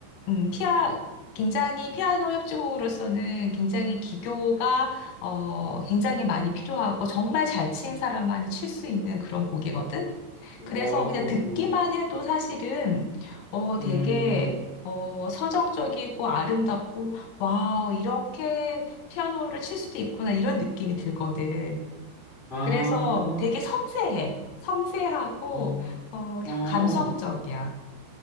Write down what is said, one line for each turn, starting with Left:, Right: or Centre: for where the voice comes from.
Left: 음, 피아 굉장히 피아노 협주곡으로서는 굉장히 기교가 어, 굉장히 많이 필요하고 정말 잘 친 사람만이 칠 수 있는 그런 곡이거든. 그래서
Centre: 와,
Left: 그냥
Centre: 그렇구나.
Left: 듣기만 해도 사실은 어
Centre: 음,
Left: 되게 어 서정적이고 아름답고 와 이렇게 피아노를 칠 수도 있구나 이런 느낌이 들거든.
Centre: 아,
Left: 그래서 되게 섬세해. 섬세하고
Centre: 어,
Left: 어
Centre: 어,
Left: 감성적이야.